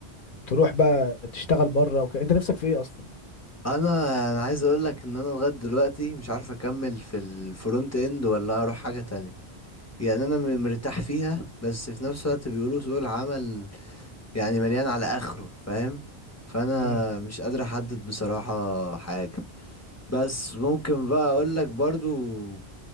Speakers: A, on the left (about 55°); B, on the left (about 20°).
A: تروح بقى تشتغل بره وكده انت نفسك في ايه اصلا
B: انا انا عايز اقول لك ان انا لغاية دلوقتي مش عارف اكمل في الفرونت اند ولا اروح حاجة تانية يعني انا م- مرتاح فيها بس في نفس الوقت بيقولوا سوق العمل يعني مليان على اخره فاهم فانا
A: امم
B: مش قادر احدد بصراحة حاجة بس ممكن بقى اقول لك برضو